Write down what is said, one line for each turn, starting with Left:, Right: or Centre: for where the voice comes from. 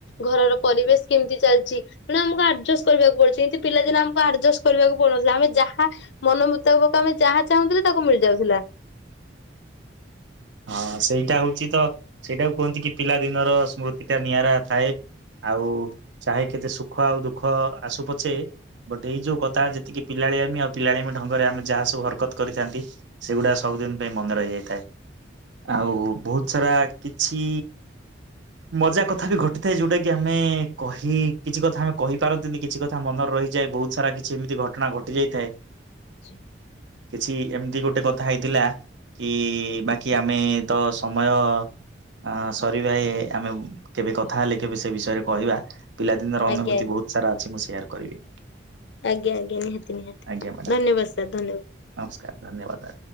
Left: ଘରର ପରିବେଶ କେମିତି ଚାଲିଛି ତେଣୁ ଆମକୁ ଆ କରିବାକୁ ପଡ଼ୁଛି କିନ୍ତୁ ପିଲାଦିନ ଆମକୁ ଆଡ଼ଜଷ୍ଟ କରିବାକୁ ପଡ଼ୁନଥିଲା ଆମେ ଯାହା ମନ ମୁତାବକକୁ ଆମେ ଯାହା ଚାହୁଁଥିଲେ ତାକୁ ମିଳିଯାଉଥିଲା
Right: ହଁ ସେଇଟା ହଉଛି ତ ସେଇଟାକୁ କୁହନ୍ତି କି ପିଲା ଦିନର ସ୍ମୃତିଟା ନିଆରା ଥାଏ ଆଉ ଚାହେ କେତେ ସୁଖ ଆଉ ଦୁଃଖ ଆସୁ ପଛେ ବଟ୍ ଏଇ ଯୋଉ କଥା ଯେତିକି ପିଲାଲିଆଳିମି ଆମି ଆଉ ପିଲାଳି ଢଙ୍ଗରେ ଆମେ ଯାହା ସବୁ ହରକତ କରିଥାନ୍ତି ସେଗୁଡ଼ା ସବୁଦିନ ପାଇଁ ମନେ ରହିଯାଇଥାଏ ଆଉ ବହୁତ ସାରା କିଛି ମଜା କଥା ବି ଘଟିଥାଏ ଯୋଉଟା କି ଆମେ କହି କିଛି କଥା ଆମେ କହିପାରନ୍ତିନି କିଛି କଥା ମନରେ ରହିଯାଏ ବହୁତ ସାରା କିଛି ଏମିତି ଘଟଣା ଘଟି ଯାଇଥାଏ
Left: <unintelligible>
Right: କିଛି ଏମିତି ଗୋଟେ କଥା ହେଇଥିଲା କି ବା କି ଆମେ ତ ସମୟ ଅ ସରିବା ଆମେ କେବେ କଥା ହେଲେ କେବେ ସେ ବିଷୟରେ କହିବା ପିଲାଦିନର ଅନୁଭୂତି
Left: ଆଜ୍ଞା ଆଜ୍ଞା।
Right: ବହୁତ ସାରା ଅଛି ମୁଁ ସେୟାର କରିବି
Left: ଆଜ୍ଞା ଆଜ୍ଞା ନିହାତି ନିହାତି
Right: ଆଜ୍ଞା ମ୍ୟାଡ଼ାମ
Left: ଧନ୍ୟବାଦ ସାର୍ ଧନ୍ୟବାଦ
Right: ନମସ୍କାର ଧନ୍ୟବାଦ